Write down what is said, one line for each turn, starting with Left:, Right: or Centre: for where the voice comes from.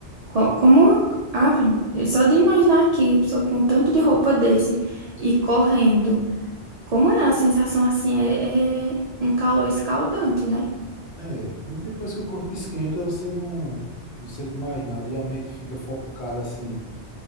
Right: Co- Como, ave, só de imaginar aqui, a pessoa com tanto de roupa desse e correndo, como é a sensação assim? É, é um calor escaldante, né?
Left: É, mas depois que o corpo esquenta, você não, não sente mais nada e a mente fica focada assim